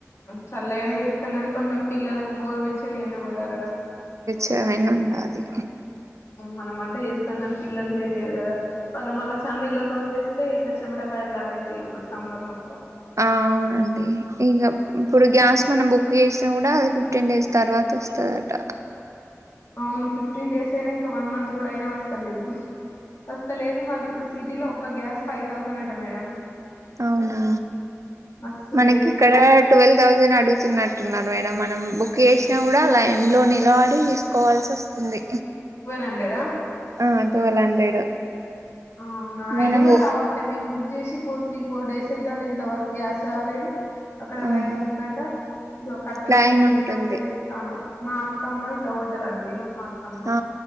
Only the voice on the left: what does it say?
చల్లయి అయినా చేస్తాం కానీ కొంచెం పిల్లలకు గోరు వెచ్చని అయిన పోయాలి కదా
మనం అంటే చేస్తా మంగాని పిల్లలు చేయలేరు కదా వాళ్ళం మళ్ళ చల్ల నీళ్లతోని చేస్తే ఇట్లా చెమటకాయలు లాగా అయితాయి ఇప్పుడు సమ్మర్ మొత్తం
అవును ఫిఫ్టీన్ డేస్ అయినా ఇంకా వన్ మంత్ కూడా అయినా వస్తలేదు వస్తలేదు మళ్ళీ ఇప్పుడు సిటీలో ఒక గ్యాస్ ఫైవ్ థౌజండ్ అంట మేడం
మస్తు
రేటు
హండ్రెడ్ ఆ
అవునా
అది కూడా రావట్లేదు మేము బుక్ చేసి ఫోర్ త్రీ ఫోర్ డేస్ అయితుంది ఇంతవరకు గ్యాస్ రాలేదు అక్కడ
లైన్ ఉందట ఇక కట్టెల
పొయ్యి మీదనే
వంట చేస్తాను మా అత్తమ్మ ఇట్ల ఓటరు అండి మా అమ్మ